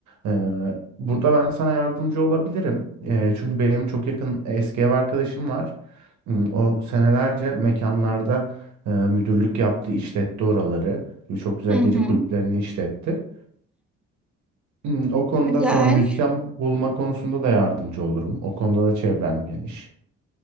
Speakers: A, on the right (about 70°); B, in the centre.
A: E, burada ben sana yardımcı olabilirim. E, çünkü benim çok yakın eski ev arkadaşım var. Hmm, O senelerce mekanlarda e, müdürlük yaptı, işletti oraları. Çok güzel
B: hı hı.
A: gece kulüplerini işletti. Hmm, O konuda
B: Güzel.
A: sonra müzisyen bulma konusunda da yardımcı olurum. O konuda da çevrem geniş.